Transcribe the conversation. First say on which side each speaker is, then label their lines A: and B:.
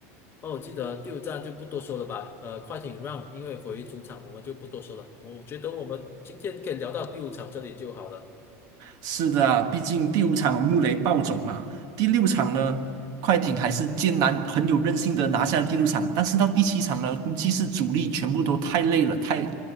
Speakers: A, on the left; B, on the right.
A: 哦，我记得第五站就不多说了吧。呃，快艇让，因为回主场我们就不多说了。我觉得我们今天可以聊到第五场这里就好了。
B: 是的啊，毕竟第五场穆雷爆种嘛，第六场呢，快艇还是艰难很有韧性的拿下了第六场，但是到第七场呢，估计是主力全部都太累了，太